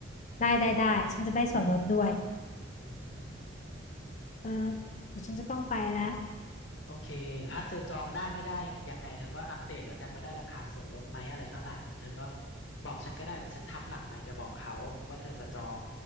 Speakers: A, on the left; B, on the left.
A: ได้ได้ได้ฉันจะได้ส่วนลดด้วย
B: อืม
A: เออเดี๋ยวฉันจะต้องไปแล้ว
B: โอเคถ้าเจอจองได้ไม่ได้ยังไงเธอก็อัปเดตแล้วกันว่าได้ราคาส่วนลดไหมอะไรเท่าไหร่นะเธอก็บอกฉันก็ได้เดี๋ยวฉันทักหลังไมค์ไปบอกเขาว่าเธอจะจอง